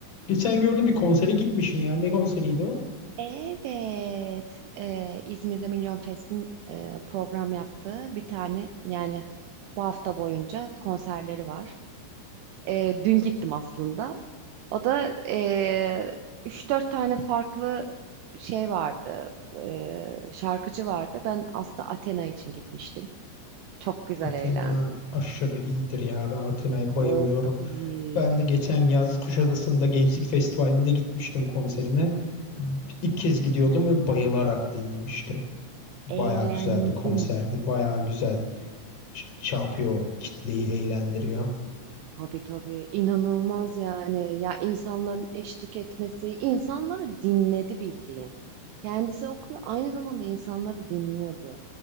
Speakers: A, on the left; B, on the right.
A: Geçen gördüm bir konsere gitmişsin ya. Ne konseriydi o?
B: Evet, e, İzmir'de Milyon Fest'in e, program yaptığı bir tane yani bu hafta boyunca konserleri var. E, dün gittim aslında. O da e, 3-4 tane farklı şey vardı, e, şarkıcı vardı. Ben aslında Athena için gitmiştim. Çok güzel
A: Athena
B: eğlendim.
A: aşırı iyidir ya. Ben Athena'ya bayılıyorum.
B: Çok iyi.
A: Ben de geçen yaz Kuşadası'nda Gençlik Festivali'nde gitmiştim konserine. İlk kez gidiyordum ve bayılarak dinlemiştim. Baya
B: Eğlendim.
A: güzel bir konserdi. Baya güzel ş- şey yapıyor, kitleyi eğlendiriyor.
B: Tabii tabii inanılmaz yani ya insanların eşlik etmesi insanları dinledi bildiğin. Kendisi okuyor aynı zamanda insanları dinliyordu.